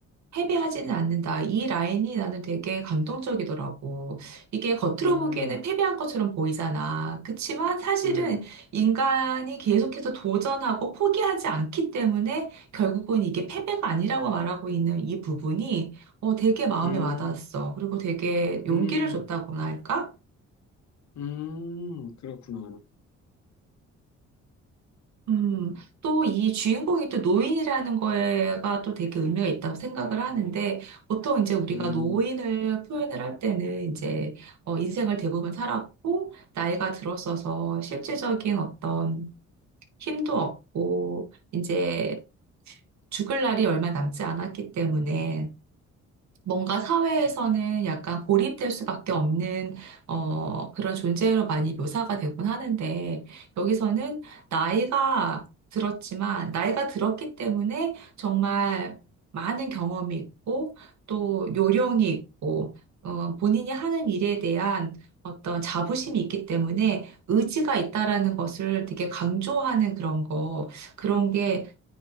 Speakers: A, on the right; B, on the left.
A: 패배하지는 않는다. 이 라인이 나는 되게 감동적이더라고. 이게 겉으로
B: 음,
A: 보기에는 패배한 것처럼 보이잖아. 그치만 사실은
B: 음,
A: 인간이 계속해서 도전하고 포기하지 않기 때문에 결국은 이게 패배가 아니라고 말하고 있는 이 부분이 어, 되게 마음에
B: 음,
A: 와닿았어. 그리고 되게 용기를
B: 음,
A: 줬다고나 할까?
B: 음, 그렇구나.
A: 음, 또 이 주인공이 또 노인이라는 거에가 또 되게 의미가 있다고 생각을 하는데, 보통 이제 우리가
B: 음,
A: 노인을 표현을 할 때는 이제, 어, 인생을 대부분 살았고, 나이가 들었어서 실질적인 어떤 힘도 없고, 이제 죽을 날이 얼마 남지 않았기 때문에, 뭔가 사회에서는 약간 고립될 수밖에 없는 어, 그런 존재로 많이 묘사가 되곤 하는데 여기서는 나이가 들었지만 나이가 들었기 때문에 정말 많은 경험이 있고 또 요령이 있고 어, 본인이 하는 일에 대한 어떤 자부심이 있기 때문에 의지가 있다라는 것을 되게 강조하는 그런 거 그런 게